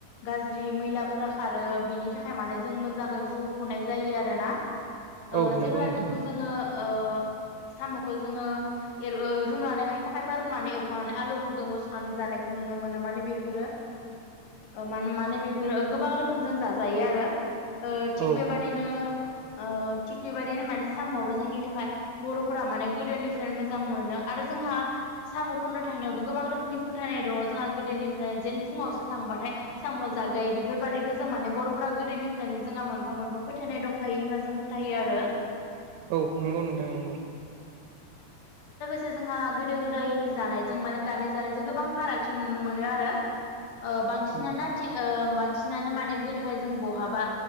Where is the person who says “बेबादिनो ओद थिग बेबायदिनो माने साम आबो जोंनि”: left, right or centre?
Left